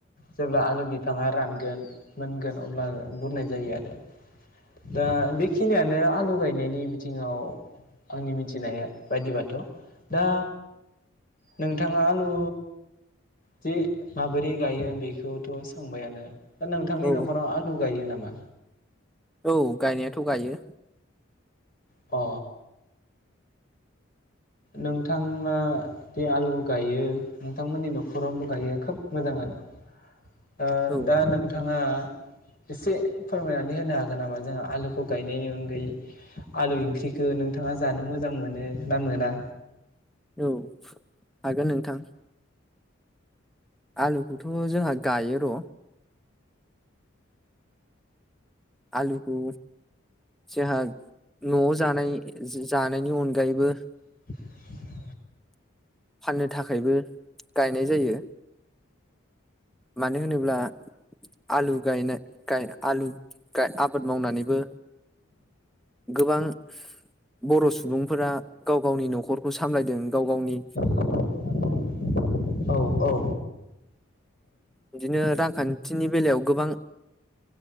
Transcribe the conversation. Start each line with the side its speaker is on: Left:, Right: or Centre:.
Left: जेब्ला आलु बिफाङा रानगोन मोनगोन अब्ला बुरनाय जायो आरो। दा बेखिनियानो आलु गायनायनि बिथिङाव आंनि मिथिनाया बायदिबाथ' दा नोंथाङा आलु जि माबोरै गायो बेखौथ' सोंबायानो दा नोंथांनि
Centre: औ
Left: न'खराव आल गायो नामा?
Centre: औ गायनायाथ' गायो।
Left: अ। नोंथाङा बे आलु गायो नोंथांमोननि न'खरावबो गायो खोब मोजाङानो ओ
Centre: औ
Left: दा नोंथाङा एसे फोरमायनानै होनो हागोन नामा जोंहा आलुखौ गायनायनि अनगायै आलु इंख्रिखौ नोंथाङा जानो मोजां मोनो ना मोना?
Centre: औ हागोन नोंथां। आलुखौथ' जोंहा गायो र' आलुखौ जोंहा न'आव जानाय जानायनि अनगायैबो
Left: <inaudible>
Centre: फाननो थाखायबो गायनाय जायो। मानो होनोब्ला आलु गायनाय गाय आलु गाय आबाद मावनानैबो गोबां बर' सुबुंफोरा गाव गावनि न'खरखौ सामलायदों गाव गावनि
Left: <inaudible> औ औ।
Centre: बिदिनो रांखान्थिनि बेलायाव गोबां